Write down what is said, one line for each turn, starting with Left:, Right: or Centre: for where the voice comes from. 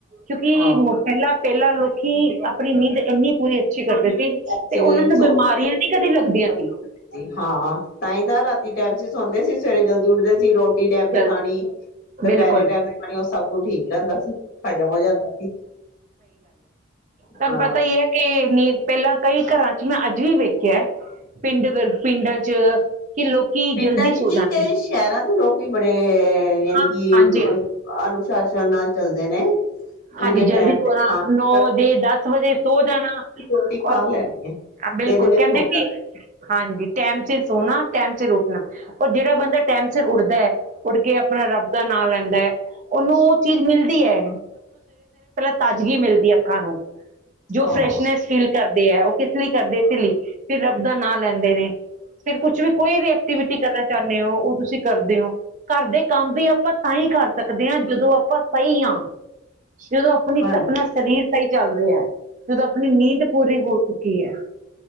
Right: ਕਿਉਂਕਿ
Left: ਹਾਂ
Right: ਮ ਪੈਲਾਂ ਪੈਲਾਂ ਲੋਕੀ ਆਪਣੀ ਨੀਂਦ ਏਨੀ ਪੂਰੀ ਅੱਛੀ ਕਰਦੇ ਸੀ
Left: <unintelligible>
Right: ਤੇ ਉਹਨਾਂ ਨੂੰ ਬਿਮਾਰੀਆਂ ਨੀ ਕਦੇ ਲੱਗਦੀਆਂ ਸੀ
Left: ਹਾਂ, ਤਾਂ ਈ ਤਾਂ ਰਾਤੀ ਟੈਮ ਸਿਰ ਸੌਂਦੇ ਸੀ ਸਵੇਰੇ ਜਲਦੀ ਉੱਠਦੇ ਸੀ ਰੋ ਟੀ ਟੈਮ ਤੇ
Right: ਜਲਦੀ
Left: ਖਾਣੀ, ਦੁਪੈਰੇ
Right: ਬਿਲਕੁਲ
Left: ਟੈਮ ਤੇ ਖਾਣੀ ਔ ਸਭ ਕੁਝ ਠੀਕ ਰੈੰਦਾ ਸੀ, ਹਜ਼ਮ ਹੋ ਜਾਂਦਾ ਸੀ।
Right: ਤਾਨੂੰ
Left: ਹਾਂ
Right: ਪਤਾ ਈ ਐ ਕਿ ਨੀਂਦ ਪੈਲਾਂ ਕਈ ਘਰਾਂ ਚ ਮੈਂ ਅੱਜ ਵੀ ਵੇਖਿਐ ਪਿੰਡ ਵਰਗ, ਪਿੰਡਾਂ ਚ ਕਿ ਲੋਕੀ
Left: ਪਿੰਡਾਂ
Right: ਜਲਦੀ
Left: ਚ
Right: ਸੋ
Left: ਕੀ
Right: ਜਾਂਦੇ
Left: ਕਈ
Right: ਨੇ
Left: ਸੈ਼ਰਾਂ ਦੇ ਲੋਕ ਵੀ ਬੜੇ ਅ ਯਾਨੀ
Right: ਹਾਂ
Left: ਕਿ
Right: ਹਾਂਜੀ
Left: ਅ ਅਨੁਸ਼ਾਸਨ ਨਾਲ ਚੱਲਦੇ ਨੇ। ਪੂਰੇ
Right: ਹਾਂਜੀ, ਜਲਦੀ
Left: ਟਾਈਮ
Right: ਸੋਣਾ
Left: ਤੇ ਖਾਣ
Right: ਨੌ ਵਜੇ-ਦਸ ਵਜੇ ਸੋ ਜਾਣਾ
Left: ਰੋਟੀ ਖਾ
Right: ਔਰ
Left: ਲੈਣੀ ਹੈ
Right: ਅ ਬਿਲਕੁਲ
Left: ਤਿੰਨ ਵਜੇ
Right: ਕੈੰਦੇ
Left: ਸੋ
Right: ਕਿ
Left: ਜਾਣਾ
Right: ਹਾਂਜੀ ਟੈਮ ਸਿਰ ਸੋਣਾ, ਟੈਮ ਸਿਰ ਉੱ ਠਨਾ ਔਰ ਜੇੜਾ ਬੰਦਾ ਟੈਮ ਸਿਰ ਉਠਦੈ ਉਠ ਕੇ ਆਪਣਾ ਰੱਬ ਦਾ ਨਾਂ ਲੈਂਦਾ ਐ ਔਨੂ ਔ ਚੀਜ਼ ਮਿਲਦੀ ਐ। ਤਾਜ਼ਗੀ ਮਿਲਦੀ ਐ ਅੱਖਾਂ ਨੂੰ। ਜੋ
Left: ਹਾਂ
Right: ਫਰੈਸ਼ਨੈਸ ਫੀਲ ਕਰਦੇ ਐ ਔ ਕਿਸ ਲਈ ਕਰਦੇ ਇਸੀ ਲਈ, ਫਿਰ ਰੱਬ ਦਾ ਨਾਂ ਲੈਂਦੇ ਨੇ। ਫਿਰ ਕੁਛ ਵੀ, ਕੋਈ ਵੀ ਐਕਟੀਵਿਟੀ ਕਰਨ ਚਾਣੇ ਔ, ਔਹ ਤੁਸੀਂ ਕਰਦੇ ਔ। ਘਰ ਦੇ ਕੰਮ ਵੀ ਆਪਾਂ ਤਾਂਈ ਕਰ ਸਕਦੇ ਆਂ ਜਦੋਂ ਅਪ ਪਾਂ ਸਈ ਆਂ। ਸ਼ੁਰੂ ਅਪਣੀ,
Left: ਹਾਂਜੀ
Right: ਅਪਣਾ ਸਰੀਰ ਸਈ ਚੱਲ ਰਿਐ। ਜਦੋਂ ਆਪਣੀ ਨੀਂਦ ਪੂਰੀ ਹੋ ਕੀ ਐ